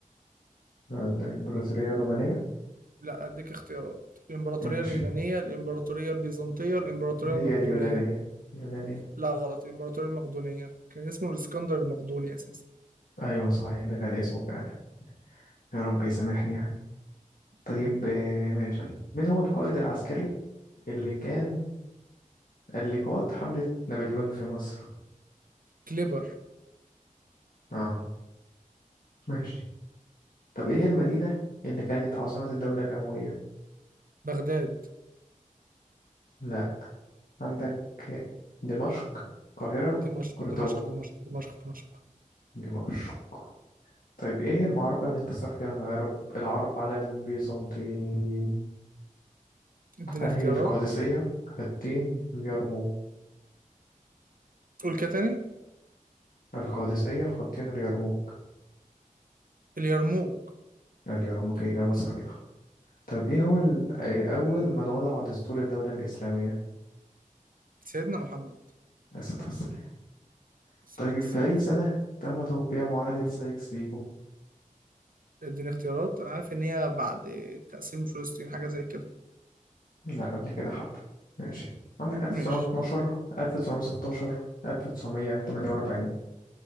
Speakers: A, on the left; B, on the right.
A: الإمبراطورية الرومانية
B: لأ أديك اختيارات الإمبراطورية
A: ماشي
B: اليونانية الإمبراطورية البيزنطية الإمبراطورية
A: هي
B: المقدونية
A: اليونانية اليونانية
B: لا غلط الإمبراطورية المقدونية كان اسمه الإسكندر المقدوني أساسا
A: أيوة صحيح ده كان اسمه فعلا يا رب يسامحني يعني. طيب
B: مم.
A: آه، ماشي مين هو القائد العسكري اللي كان اللي قاد حملة نابليون في مصر؟
B: كليبر
A: اه ماشي طب ايه هي المدينة اللي كانت عاصمة الدولة الأموية؟
B: بغداد
A: لا عندك دمشق القاهرة
B: دمشق
A: قرطبة
B: دمشق دمشق دمشق دمشق
A: دمشق طيب ايه هي المعركة اللي انتصر فيها العرب العرب على البيزنطيين؟
B: اديني
A: هل
B: اختيارات
A: هي القادسية حطين اليرموك
B: قول كده تاني
A: القادسية حطين اليرموك
B: اليرموك
A: اليرموك إجابة صحيحة طب ايه هو ال- أي- اول من وضع دستور الدولة الإسلامية
B: سيدنا محمد
A: عليه الصلاة والسلام
B: الصلاة
A: طيب
B: والسلام
A: في اي سنة تم توقيع معاهدة سايكس بيكو
B: اديني اختيارات أنا عارف إن هي بعد تقسيم فلسطين حاجة زي كده
A: لا قبل كده حب ماشي عندك 1912
B: ماشي
A: 1916 1948